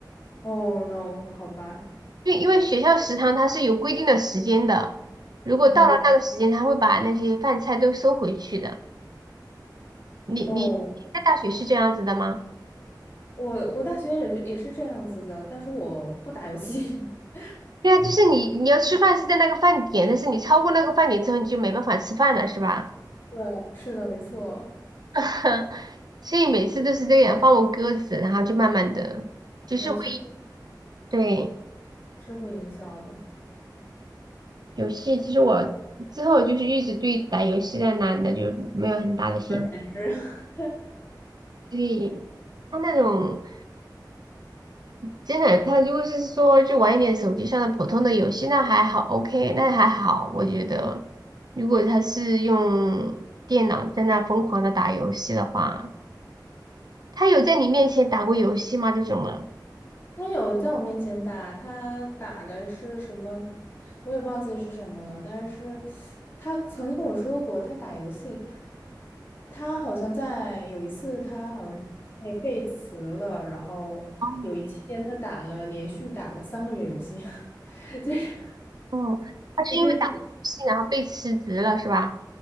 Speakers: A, on the left; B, on the right.
A: 哦，no，好吧，
B: 因因为学校食堂它是有规定的时间的，如果到了那个时间，
A: 嗯，
B: 他会把那些饭菜都收回去的。你你在大学是这样子的吗？
A: 哦，我我大学也是也是这样子的，但是我不打游戏。<laughs>
B: 对啊，就是你你要吃饭是在那个饭点，但是你超过那个饭点之后，你就没办法吃饭了，是吧？
A: 对，是的，没错，
B: <laughs> 所以每次都是这样放我鸽子，然后就慢慢的，就是会
A: 那确实
B: 对
A: 是会影响的。
B: 游戏。其实我之后就是一直对打游戏的男的就没有很大的兴趣，
A: 简直，<laughs>
B: 所以他那种。真的，他如果是说就玩一点手机上的普通的游戏，那还好，OK，那还好。我觉得，如果他是用电脑在那疯狂的打游戏的话，他有在你面前打过游戏吗？这种的？
A: 他有在我面前打，他打的是什么，我也忘记是什么了。但是他曾经跟我说过，他打游戏，他好像在有一次，他好像被背词了，然后有一期间他打了连续打了三个月游戏，
B: <laughs>
A: <laughs> 就是。
B: 哦，他是因为打游戏然后被辞职了是吧？
A: 是这种